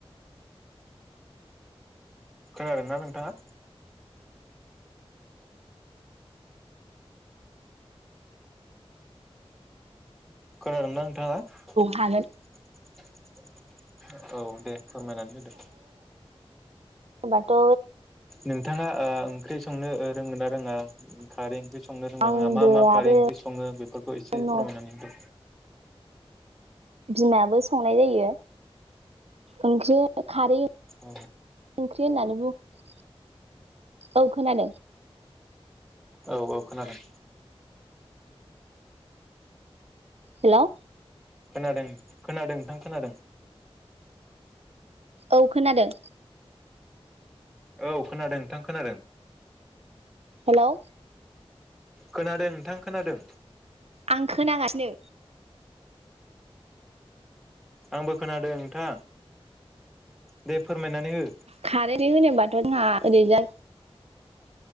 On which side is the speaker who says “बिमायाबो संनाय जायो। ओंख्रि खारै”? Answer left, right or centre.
Right